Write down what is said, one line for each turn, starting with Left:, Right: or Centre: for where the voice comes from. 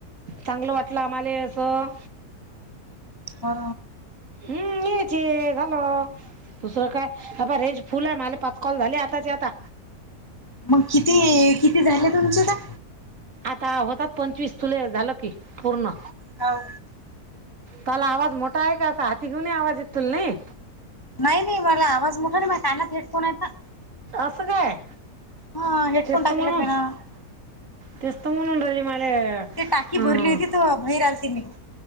Right: चांगलं वाटलं आम्हाला असं.
Left: हा.
Right: हम्म्, हेच आहे झालं. दुसरं काय हे पहा, रेंज फुल आहे माझे पाच कॉल झाले आताच्या आता.
Left: मग किती, किती झाले तुमचे आता?
Right: हा, होतात. पंचवीस तुले झालं की पूर्ण.
Left: हो.
Right: काल आवाज मोठा आहे का असा? तिकडून लई आवाज येतो तुला नाही?
Left: नाही नाही. मला आवाज मोठा नाही माझ्या कानात हेडफोन आहे ना.
Right: असं काय.
Left: हा, हेड
Right: तेच
Left: फोन टाकले
Right: तर म्हणून
Left: कानात.
Right: तेच तर, म्हणून राहिली. मला
Left: ते टाकी
Right: अं
Left: भरली होती तर बाहेर आलते मी